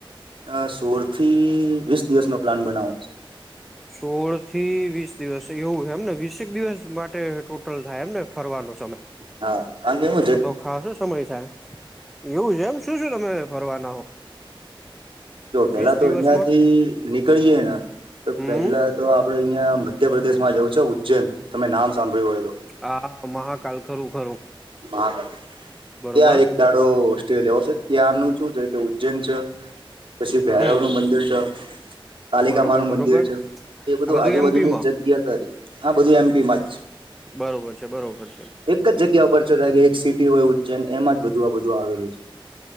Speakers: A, on the right; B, in the centre.
A: અ સોળ થી વીસ દિવસ નો પ્લાન બનાવો છે.
B: સોળ થી વીસ દિવસ એવું છે એમને વીસેક દિવસ માટે ટોટલ થાય એમને ફરવાનો સમય
A: હા એવું જ
B: તો તો ખાસો સમય થાય એવું છે એમ શું શું તમે ફરવાના હો?
A: જો પેલા
B: વીસ દિવસમાં
A: તો અહિયા થી નીકળીયે ને તો
B: હમ
A: પેલા તો આપ આપડે અહિયાયા મધ્યપ્રદેશ માં જવું છે ઉજૈન તમે નામ સાંભળ્યું હોય તો
B: હા મહાકાલ ખરું ખરું
A: મહાકાલ
B: બરોબર
A: ત્યાં એક દાડો સ્ટે લેવો છે ત્યાંનું શું છે કે ઉજ્જૈન છે. પછી ભૈરવ
B: હમ
A: નું મંદિર છે કાલિકામા
B: બરોબર
A: નું
B: બરોબર
A: મંદિર છે કે એ બધું
B: આ
A: આજુબાજુની
B: એમપીમાં
A: જ ગ્યા કરી હા બધું એમપી માજ
B: બરોબર છે બરોબર છે.
A: એક જગ્યા પર છતાં કે એક સિટી હોય ઉજ્જૈન એમાં જ બધુ આ બધું આવેલું છે.